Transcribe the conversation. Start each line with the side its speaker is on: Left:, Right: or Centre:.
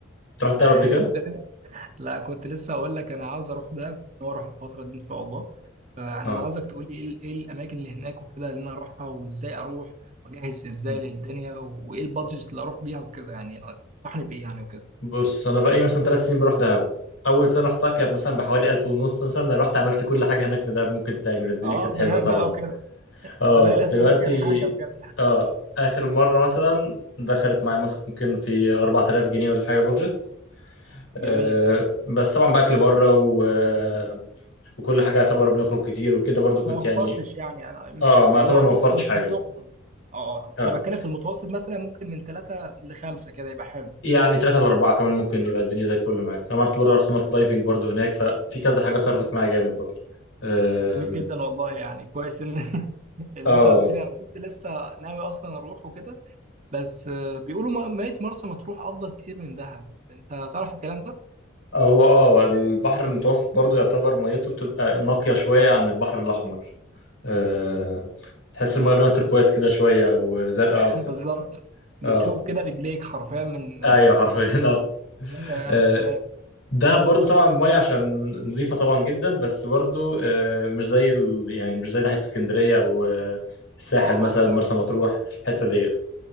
Left: أنت رحت دهب
Right: <laughs>
Left: قبل
Right: كنت
Left: كده
Right: لسه لا كنت لسه أقول لك أنا عاوز أروح دهب وأروح الفترة دي إن شاء الله فأنا
Left: اه
Right: أنا عاوزك تقولي إيه ال- إيه الأماكن اللي هناك وكده اللي أنا أروحها وإزاي أروح وأجهز إزاي
Left: مم.
Right: للدنيا وإيه البادجت اللي أروح بيها وكده يعني تنصحني بإيه يعني وكده
Left: بص انا بقالي مثلا ثلاث سنين بروح دهب اول سنه رحتها كانت مثلا بحوالي 1000 ونص مثلا أنا رحت عملت كل حاجه هناك في دهب ممكن تتعمل الدنيا
Right: اه
Left: كانت حلوه
Right: زمان
Left: طبعا
Right: بقى وكده
Left: اه
Right: زمان الألف
Left: دلوقتي
Right: ونص كان حاجة بجد
Left: اه اخر مره مثلا دخلت معايا مثلا ممكن في 4000 جنيه ولا حاجه بودجت
Right: جميل
Left: آه بس طبعا باكل بره و... آه، وكل حاجه يعتبر بنخرج كتير وكده برضو كنت
Right: ما وفرتش
Left: يعني
Right: يعني أنا مش
Left: اه
Right: يعني
Left: ما يعتبر
Right: اللي هو
Left: ما وفرتش
Right: إيه كنت
Left: حاجه
Right: بتخرج اه
Left: اه
Right: أنا بتكلم في المتوسط مثلا ممكن من ثلاثة لخمسة كده يبقى حلو
Left: يعني ثلاثة لأربعة كمان ممكن يبقى الدنيا زي الفل معاك أنا مرة برضه رحت عملت دايفنج برضه هناك ففي كذا حاجة صرفت معايا جامد برضه آم،
Right: طب جميل جدا والله يعني كويس ان <laughs> اللي
Left: اه
Right: انت قلت لي انا كنت لسه ناوي اصلا اروح وكده بس آه، بيقولوا ما- ميت مرسى مطروح افضل كتير من دهب انت تعرف الكلام ده
Left: هو اه البحر المتوسط برضه يعتبر ميته بتبقى نقية شوية عن البحر الأحمر آه، تحس المايه لونها تركواز كده شويه او زرقاء
Right: <laughs>
Left: اكتر
Right: بالظبط بتشوف
Left: اه
Right: كده رجليك حرفيا من
Left: ايوه حرفيا اه
Right: <laughs> وانت قاعد
Left: آه،
Right: تمام
Left: دهب برضو طبعا المايه عشان نظيفه طبعا جدا بس برضو آه، مش زي ال... يعني مش زي ناحيه اسكندريه او آه، الساحل
Right: اه
Left: مثلا
Right: اه
Left: مرسى مطروح الحته ديت